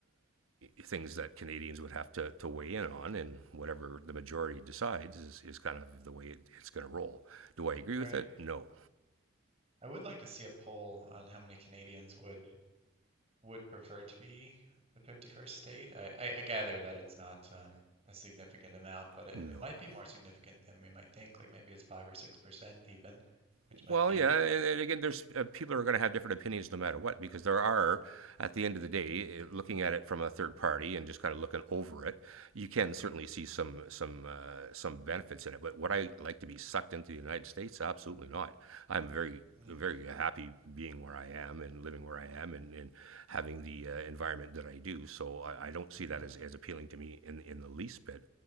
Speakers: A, on the right (about 85°); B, on the right (about 30°).
A: things that Canadians would have to, to weigh in on, and whatever the majority decides is, is kind of the way it, it's going to roll. Do I agree
B: Right.
A: with it? No,
B: I would like to see a poll on how many Canadians would would prefer to be the 51st state. I, I, I gather that it's not um, a significant amount, but it,
A: no.
B: it might be more significant than we might think. Like maybe it's five or six percent even, which
A: Well,
B: might be.
A: yeah, and, again, there's uh, people are going to have different opinions no matter what because there are, at the end of the day, eh, looking at it from a third party and just kind of looking over it, you can certainly see some some uh, some benefits in it. But would I like to be sucked into the United States? Absolutely not. I'm very
B: Mm,
A: very happy being where I am and living where I am and, and having the uh, environment that I do. So I, I don't see
B: mhm,
A: that as, as appealing to me in, in the least bit.